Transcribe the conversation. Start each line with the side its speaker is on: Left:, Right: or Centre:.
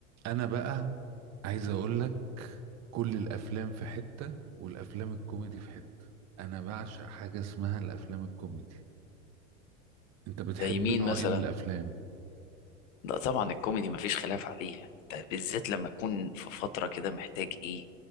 Right: انا بقى عايز اقول لك كل الافلام في حتة والافلام الكوميدي في حتة انا بعشق حاجة اسمها الافلام الكوميدي انت بتحب
Left: زي مين
Right: نوع
Left: مثلا
Right: ايه من الافلام
Left: لا طبعا الكوميدي مفيش خلاف عليه يعني انت بالذات لما تكون في فترة كده محتاج ايه